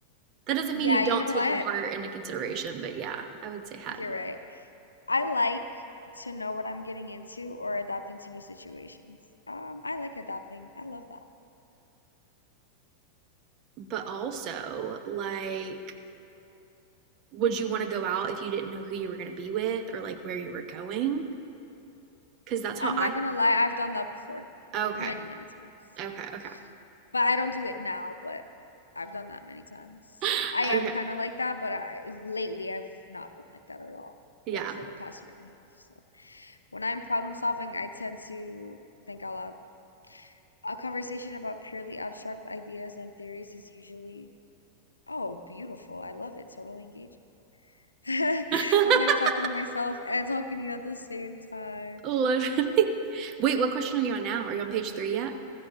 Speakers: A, on the right (about 35°); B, on the left (about 75°).
A: That doesn't
B: Yeah,
A: mean you don't
B: you know what?
A: take your heart into consideration, but yeah, I would say head.
B: You're right. I like to know what I'm getting into or adapting to new situations. Um, I like adapting. I love that.
A: But also, like, would you want to go out if you didn't know who you were going to be with or like where you were going? Because that's how
B: I'm
A: I
B: not gonna lie, I've done that before.
A: Okay.
B: Many, many times.
A: Okay. Okay.
B: But I don't do it now, but I've done that many times.
A: <laughs>
B: I am
A: Okay.
B: kind of like that, but I lately I've not been like that at all.
A: Yeah.
B: Like for the past year and a half. So when I'm problem solving, I tend to think out loud. A conversation about purely abstract ideas and theories is usually, oh, beautiful. I love it. Totally engaging. <laughs> I'm
A: <laughs>
B: like talking to myself and talking to you at the same time.
A: Literally. Wait, what question are you on now? Are you on page three yet?